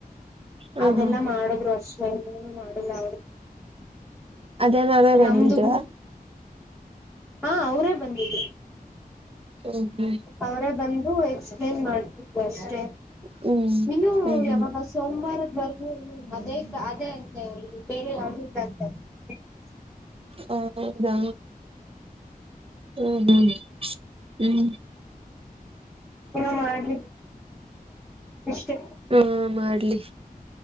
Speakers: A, on the right; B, in the centre.
A: ಹ್ಮ್
B: ಅದೆಲ್ಲ
A: ಹ್ಮ್
B: ಮಾಡದ್ರು ಅಷ್ಟೇ ಮಾಡಿಲ್ಲ
A: ಅದೇ ನಾವೇ ಬಂದಿದ್ರ
B: ನಮ್ದು ಗ್ರೂಪ್ ಹಾ ಅವರೇ ಬಂದಿದ್ರು
A: ಹ್ಮ್ ಹ್ಮ್
B: ಅವರೇ ಬಂದು ಎಕ್ಸ್ಪ್ಲೇನ್ ಮಾಡ್ತಿದ್ರು ಅಷ್ಟೇ
A: ಹ್ಮ್
B: ನೀನು
A: ಹ್ಮ್ ಹ್ಮ್
B: ಯಾವಾಗ ಸೋಮವಾರ ರಗು ಅದೇ ಅದೇ ಅಂತೆ ಬೇರೆ ಯಾವುದು ಇಲ್ಲಂತೆ ಹ
A: ಹೌದಾ ಹ್ಮ್ ಹ್ಮ್ ಹ್ಮ್
B: ಹ ಮಾಡ್ಲಿ ಅಷ್ಟೇ
A: ಹಾ ಮಾಡ್ಲಿ